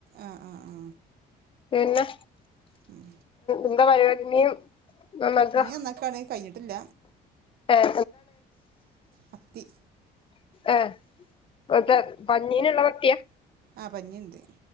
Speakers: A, on the right; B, on the left.
A: ആ ആ ആ
B: പിന്നെ
A: ഉം
B: എന്താ പരിപാടി നീ നന്നാക്ക
A: മീൻ നന്നാക്കാണ് കഴിഞ്ഞിട്ടില്ല
B: ഏ
A: മത്തി
B: ഏഹ് മെറ്റെ പഞ്ഞീനള്ള മത്തിയാ
A: ആ പഞ്ഞിണ്ട്